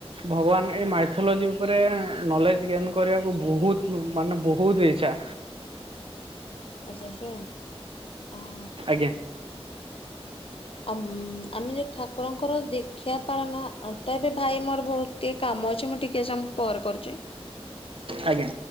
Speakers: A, on the right (about 60°); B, on the left (about 60°).
A: ଭଗବାନ ଏଇ ମାଇଥୋଲୋଜି ଉପରେ ନଲେଜ ଜ୍ଞାନ କରିବାକୁ ବହୁତ ମାନେ ବହୁତ ଇଛା।
B: ଆଛା <unintelligible>
A: ଆଜ୍ଞା।
B: ଆ ଆମେ ଯଦି ଠାକୁରଙ୍କ ର ଦୀକ୍ଷ। ପାଳନ ତ ଏବେ ଭାଇ ମୋର ବହୁତ ଟିକେ କାମ ଅଛି ମୁଁ ଟିକେ ସମୟ ପରେ କରୁଛି।
A: ଆଜ୍ଞା।